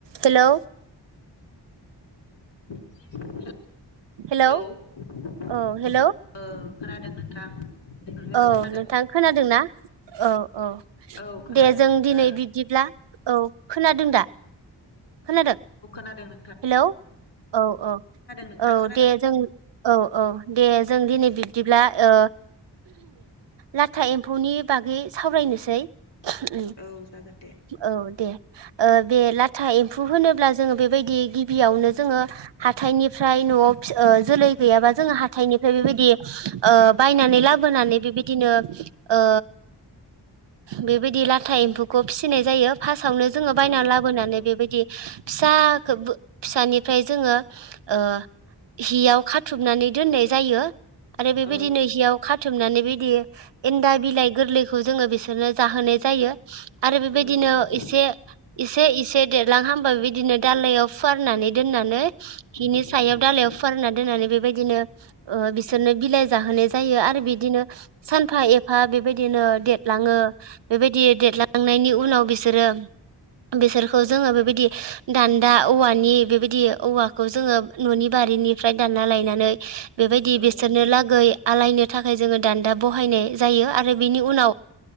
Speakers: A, on the right (about 75°); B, on the left (about 80°).
A: Hello
B: <inaudible> hello ओं
A: hello
B: खोनादों
A: औ hello
B: नोंथां। हेलौ
A: औ
B: खोनादों
A: नोंथां खोनादोंना औ औ
B: औ खोनादों
A: दे जों
B: नोंथां
A: दिनै बिब्दिब्ला औ। खोनादों दा? खोनादों?
B: नादों ना
A: हेलौ औ ओ
B: नोंथां
A: औ
B: खोनादों
A: दे जों औ औ दे जों दिनै बिब्दिब्ला ओ लाथा एम्फौनि बागै सावरायनोसै। उम
B: औ जागोन दे
A: औ दे। ओ बे लाथा एम्फौ होनोब्ला जोङो बेबायदि गिबियावनो जोङो हाथायनिफ्राय न'आव फि ओ जोलै गैयाबा जों हाथायनिफ्राय बेबायदि दि ओ बायनानै लाबोनानै बेबायदिनो ओ बेबायदि लाथ थाइम खौ फिसिनाय जायो फासावनो जोङो बायना
B: औ
A: लाबोनानै
B: नंगौ
A: बेबायदि फिसाखोबो फिसानिफ्राय जोङो ओ हियाव खा थुबनानै दोननाय जायो। आरो बेबायदिनो
B: औ
A: हियाव खाथुमनानै बिदि एनदा बिलाइ गोरलै खौ जोङो बिसोरनो जाहोनाय जायो । आरो बेबायदिनो
B: औ नंगौ
A: एसे एसे एसे देर लां हामबा बिदिनो दालइायाव फुवारनानै दोननानै बिनि
B: औ
A: सायाव
B: नंगौ
A: दालायाव फुवारनानै दोननानै बेबायदिनो ओ बिसोरनो बिलाइ जाहोनाय जायो। आरो बिदिनो सानफा एफा बे बेबायदिनो देरलाङो । बेबायदि देरलांनायनि उनाव बिसो रो बिसोरखौ जोङो बेबायदि दानदा औवानि बेबायदि औवाखौ जोङो ननि बारिनिफ्राय दानना लायनानै बेबायदि
B: औ नंगौ औ
A: बिसोरनो
B: नंगौ
A: लागै‌ आलायनो थाखाय जोङो दान्दा बहायनाय जायो। आरो आरो बेनि उनाव